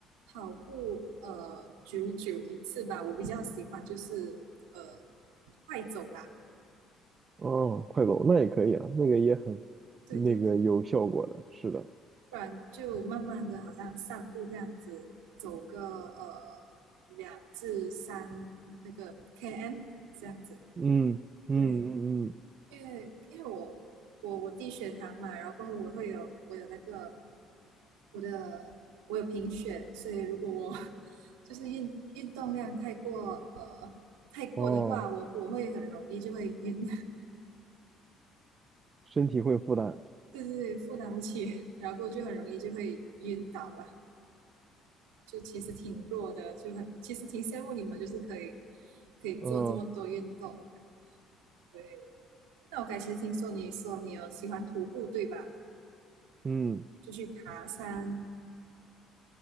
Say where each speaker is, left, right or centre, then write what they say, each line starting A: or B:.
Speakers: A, on the right (about 85°); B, on the right (about 40°).
A: 跑步呃久久一次吧，我比较喜欢就是呃快走吧，
B: 哦，快走，那也可以啊，那个也很，
A: 对对对，
B: 那个有效果的，是的，
A: 不然就慢慢的好像散步这样子，走个呃两至三那个 km 这样子，
B: 嗯嗯嗯嗯，
A: 对，因为因为我我我低血糖嘛，然后过后我会有我有那个我的我有贫血，所以如果我就是运运动量太过呃太过的话，
B: 哦，
A: 我我会很容易就会晕，
B: 身体会负担，
A: <laughs> 对对对，负担不起，然后就很容易就会晕倒了。就其实挺弱的，就很其实挺羡慕你们，就是可以可以做这么多运动。
B: 嗯
A: 对，那我刚才其实听说你说你有喜欢徒步，对吧？
B: 嗯
A: 就去爬山，